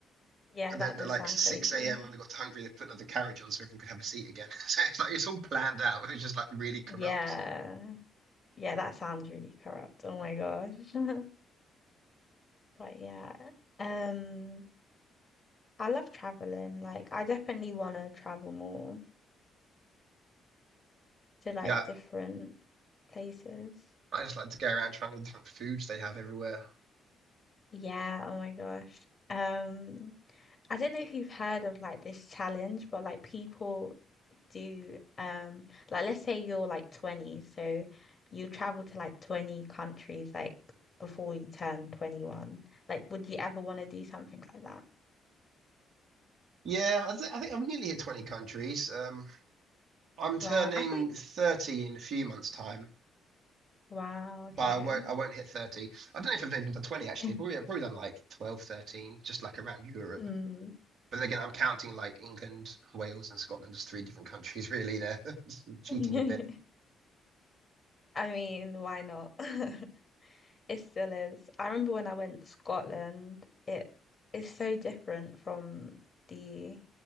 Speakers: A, on the left; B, on the right.
A: Yeah,
B: And
A: that
B: then
A: does
B: at like
A: sound
B: 6
A: crazy.
B: a.m. when we got to Hungary, they put another carriage on so everyone could have a seat again. <laughs> So it's like it's all planned out. It was just like really corrupt.
A: Yeah. Yeah, that sounds really corrupt. Oh my gosh. <laughs> But yeah. Um, I love traveling. Like I definitely want to travel more to like
B: Yeah,
A: different places.
B: I just like to go around trying the different foods they have everywhere.
A: Yeah, oh my gosh. Um, I don't know if you've heard of like this challenge, but like people do um like let's say you're like 20, so you travel to like 20 countries like before you turn 21. Like would you ever want to do something like that?
B: Yeah, I, th- I think I've nearly hit 20 countries. Um, I'm
A: Wow.
B: turning
A: I thought
B: 30 in a few months' time,
A: wow, okay.
B: but I won't, I won't hit 30. I don't know if I've even done 20, actually.
A: Mm.
B: Probably, I've probably done like 12, 13, just like around Europe.
A: <laughs>
B: But then again, I'm counting like England, Wales, and Scotland as three different countries, really. They're <laughs> cheating
A: I
B: a bit.
A: mean, why not? <laughs> It still is. I remember when I went to Scotland, it is so different from the